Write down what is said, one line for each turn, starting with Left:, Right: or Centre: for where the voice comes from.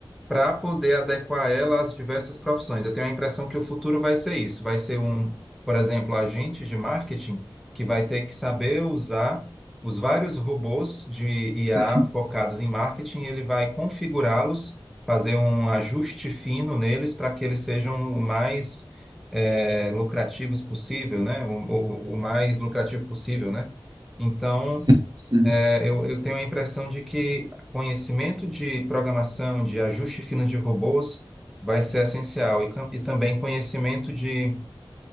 Centre: para poder adequar ela às diversas profissões. Eu tenho a impressão que o futuro vai ser isso, vai ser um, por exemplo, agente de marketing que vai ter que saber usar os vários robôs de IA
Right: Certo,
Centre: focados em marketing, e ele vai configurá-los, fazer um ajuste fino neles para que eles sejam o mais eh, lucrativos possível, né? O, o, o mais lucrativo possível, né? Então,
Right: sim, sim.
Centre: é, Eu, eu tenho a impressão de que conhecimento de programação, de ajuste fino de robôs, vai ser essencial. E, cam- e também conhecimento de